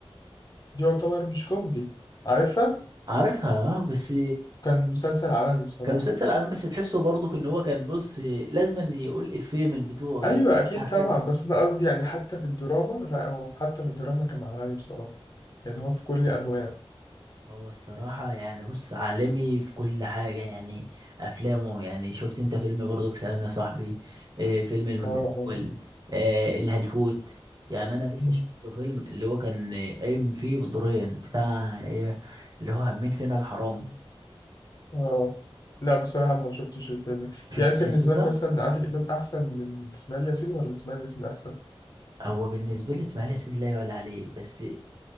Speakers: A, on the left (about 40°); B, on the right (about 45°).
A: دي يعتبر مش كوميدي عارفها
B: عارفها آه، بس
A: كان مسلسل عالمي بصراحة
B: كان مسلسل عالمي بس تحسه برضه ان هو كان بص لازما يقول افيه من بتوعه
A: أيوة
B: دول
A: أكيد
B: عارفينه
A: طبعا بس أنا قصدي يعني حتى في الدراما لا هو حتى في الدراما كان عالمي بصراحة يعني هو في كل أنواعه
B: هو الصراحة يعني بص عالمي في كل حاجة يعني أفلامه يعني شفت أنت فيلم برضك سلام يا صاحبي آه، فيلم المتسول
A: اه
B: آه، الهلفوت يعني أنا لسه
A: اه
B: شفت فيلم اللي هو كان آه، قايم فيه بدورين بتاع إيه اللي هو مين فينا الحرامي
A: اه لا بصراحة ما شفتش الفيلم ده.
B: شفتش
A: يعني أنت بالنسبة
B: الفيلم ده؟
A: لك مثلا عادل إمام أحسن من إسماعيل ياسين ولا إسماعيل ياسين أحسن؟
B: هو بالنسبة لي إسماعيل ياسين لا يعلى عليه بس